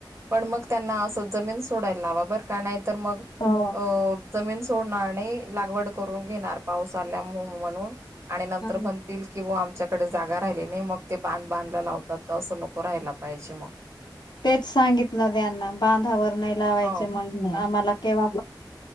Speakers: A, on the right; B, on the left.
A: पण मग त्यांना असं जमीन सोडायला लावा बर का नाही तर मग
B: हो
A: अ जमीन सोडणार नाही लागवड करून घेणार पाऊस आल्या म्हणून आणि नंतर
B: हा,
A: म्हणतील कि आम त्याच्याकडे जागा राहिली नाही मग ते बांध बांधला लावतात तर असं नको राहायला पाहिजे मग
B: तेच सांगितलं त्यांना बांधावर नाही लावायचे
A: हो
B: म आम्हाला केव्हा